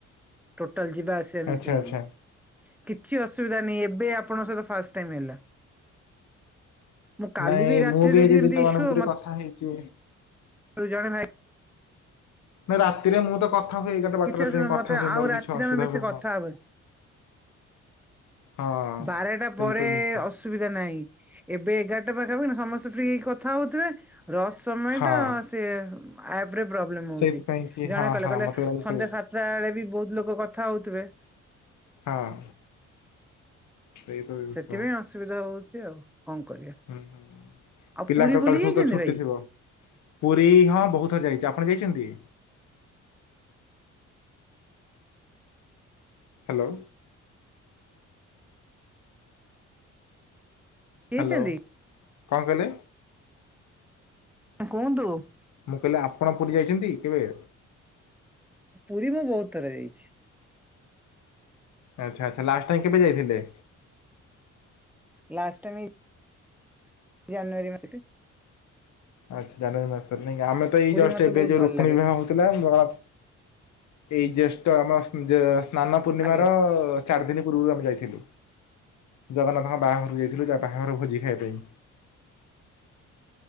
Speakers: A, in the centre; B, on the left (about 70°).
A: ଟୋଟାଲ ଯିବା ଆସିବା ମିଶେଇକି।
B: ଆଚ୍ଛା ଆଚ୍ଛା
A: କିଛି ଅସୁବିଧା ନାହିଁ ଏବେ ଆପଣଙ୍କ ସହିତ ଫାଷ୍ଟେଟାଇମ୍ ହେଲା। ମୁଁ କାଲି
B: ନାଇଁ
A: ବି ରାତିରେ
B: ମୁଁ
A: ଦେଖିଲି
B: ଆଜି
A: ଯେମିତି
B: ଦିନମାନ
A: ଈସୁ
B: ଭିତରେ
A: ମତେ
B: କଥା ହେଇଚି।
A: <unintelligible> ଜଣେ ଭାଇ
B: ନା ରାତିରେ ମୁଁ ତ କଥା ହୁଏ ଏଗାର ଟା ବାର
A: କିଛି
B: ଟା ରାତି
A: ଅସୁବିଧା
B: ରେ କଥା
A: ମତେ
B: ହୁଏ
A: ଆଉ
B: ମୋର
A: ରାତିରେ
B: କିଛି ଅସୁବିଧା
A: ଆମେ ବେଶୀ
B: ହୁଏ
A: କଥା
B: ନାହିଁ।
A: ହବାନି
B: ହଁ
A: ବାରଟା
B: ସେଇ
A: ପରେ
B: ତ ଜିନିଷ
A: ଅସୁ ସୁବିଧା ନାହିଁ ଏବେ ଏଗାରଟା ପାଖାପାଖି ନା ସମସ୍ତେ ଫ୍ରି ହେଇକି କଥା ହଉଥିବେ ରସ ସମୟ
B: ହଁ
A: ଟା ସେ ଆପ ରେ ପ୍ରୋବ୍ଲେମ
B: ସେଇଥିପାଇଁ
A: ହଉଛି
B: କି
A: ଜଣେ
B: ହଁ
A: କହିଲେ
B: ହଁ
A: କହିଲେ
B: ମତେ ଲାଗୁଛି
A: ସନ୍ଧ୍ୟା
B: ସେଇଆ
A: ସାତ ତଟା ବେଳେ ବି ବହୁତ ଲୋକ କଥା ହଉଥିବେ।
B: ହଁ! ସେଇ ତ ଜିନିଷ
A: ସେଥିପାଇଁ ଅସୁବିଧା ହଉଛି ଆଉ କଣ କରିବା।
B: ହୁଁ ହୁଁ
A: ଆଉ
B: ପିଲାଙ୍କ
A: ପୁରୀ ବୁଲି
B: କାଲି
A: ଯାଇଛନ୍ତି
B: ସବୁ ତ ଛୁଟି
A: ଭାଇ
B: ଥିବ। ପୁରୀ ହଁ ବହୁତ ଥର ଯାଇଛି ଆପଣ ଯାଇଛନ୍ତି। ହାଲୋ।
A: ଯାଇଛନ୍ତି?
B: ହାଲୋ କଣ କହିଲେ।
A: କୁହନ୍ତୁ।
B: ମୁଁ କହିଲି ଆପଣ ପୁରୀ ଯାଇଛନ୍ତି କେବେ।
A: ପୁରୀ ମୁଁ ବହୁତ ଥର ଯାଇଛି।
B: ଆଚ୍ଛା ଆଚ୍ଛା ଲାଷ୍ଟ ଟାଇମ୍ କେବେ ଯାଇଥିଲେ।
A: ଲାଷ୍ଟ ଟଇମ୍ ଜାନୁୟରୀ ମାସରେ।
B: ଆଛା ଜାନୁଆରୀ ମାସ ରେ ନାଇ କି ଆମେ ତ ଏଇ
A: ପୁରୀ
B: ଜଷ୍ଟ
A: ମତେ
B: ଏବେ
A: ବହୁତ
B: ଯୋଉ
A: ଭଲ
B: ରୁକ୍ମିଣୀ
A: ଲାଗେ
B: ବିବାହ ହଉଥିଲା ଯ ଏଇ ଜେଷ୍ଠ ଆମ ଯେ ସ୍ନାନ ପୂର୍ଣ୍ଣିମା
A: ଆଜ୍ଞା
B: ର ଚାରି ଦିନ ପୂର୍ବରୁ ଆମେ ଯାଇଥିଲୁ ଜଗନ୍ନାଥଙ୍କ ବାହାଘରକୁ ଯାଇଥିଲୁ ଯା ବାହାଘର ଭୋଜି ଖାଇବା ପାଇଁ।